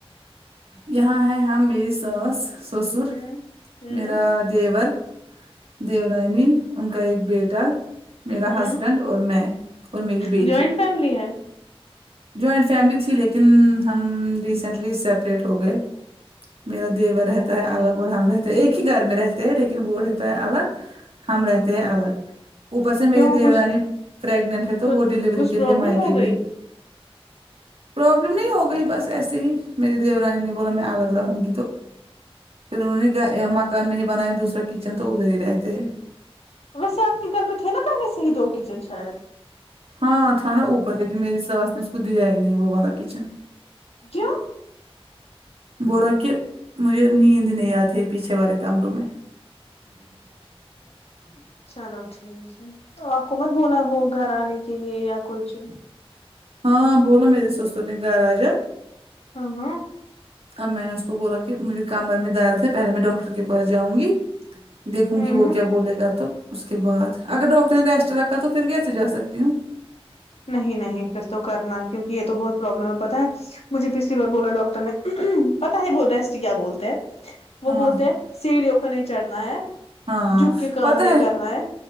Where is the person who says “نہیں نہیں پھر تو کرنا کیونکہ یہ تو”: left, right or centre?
Left